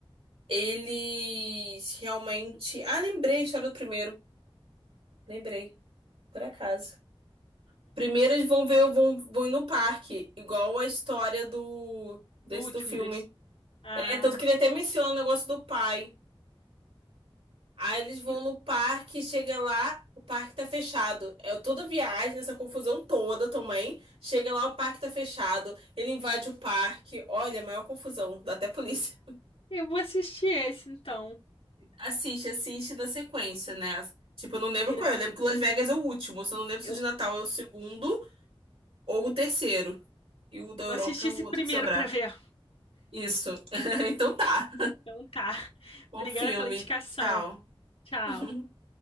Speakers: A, on the right; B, on the left.
A: eles realmente, ah, lembrei a história do primeiro. Lembrei, por acaso. Primeiro eles vão ver, vão, vão ir no parque, igual a história do desse
B: Do último
A: do filme.
B: desse. Ah,
A: É, tanto que ele até menciona o negócio do pai. Aí eles vão
B: e-
A: no parque, chega lá, o parque tá fechado. É toda viagem, essa confusão toda também. Chega lá, o parque tá fechado. Ele invade o parque. Olha, a maior confusão, dá até polícia.
B: eu vou assistir esse então.
A: <laughs> Assiste, assiste da sequência, né? Tipo, eu não lembro
B: Isso.
A: qual é. Eu lembro que Las Vegas é o último. Eu só não lembro se
B: Eu
A: o de Natal é o segundo ou o terceiro. E o da
B: vou
A: Europa
B: assistir
A: é
B: esse
A: o outro
B: primeiro
A: que sobrar.
B: pra ver.
A: Isso. <laughs> Então tá.
B: Então tá. <laughs>
A: <laughs> Bom
B: Obrigada
A: filme.
B: pela indicação.
A: Tchau.
B: Tchau.
A: <laughs>